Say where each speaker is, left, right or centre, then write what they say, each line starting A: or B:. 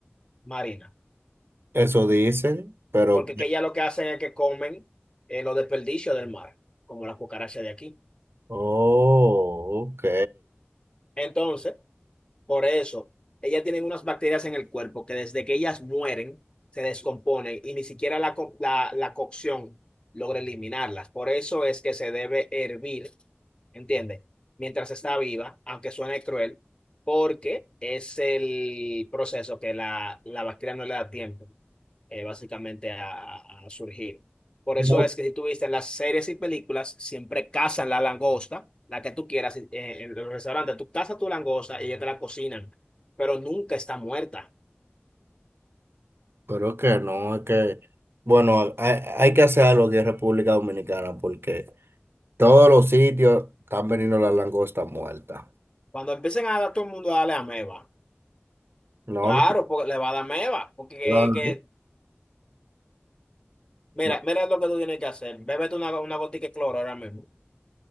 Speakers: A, on the left; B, on the right.
A: marinas.
B: Eso dicen, pero...
A: porque que ellas lo que hacen es que comen eh, los desperdicios del mar, como las cucarachas de aquí.
B: Oh, ok.
A: Entonces, por eso, ellas tienen unas bacterias en el cuerpo que desde que ellas mueren, se descomponen y ni siquiera la, co- la, la cocción logra eliminarlas. Por eso es que se debe hervir, ¿entiendes? Mientras está viva, aunque suene cruel, porque es el proceso que la, la bacteria no le da tiempo. eh, básicamente a, a surgir. Por
B: No,
A: eso es que si tú viste las series y películas, siempre cazan la langosta, la que tú quieras, eh, en los restaurantes, tú cazas tu langosta y ellos te la cocinan, pero nunca está muerta.
B: Pero es que no, es que, bueno, hay, hay que hacer algo aquí en República Dominicana porque todos los sitios están veniendo las langostas muertas.
A: Cuando empiecen a dar todo el mundo a darle ameba,
B: No,
A: claro,
B: no,
A: porque le va a dar ameba, porque que,
B: no,
A: que-
B: no.
A: mira,
B: Bueno,
A: mira lo que tú tienes que hacer, bébete una, una gotica de cloro ahora mismo,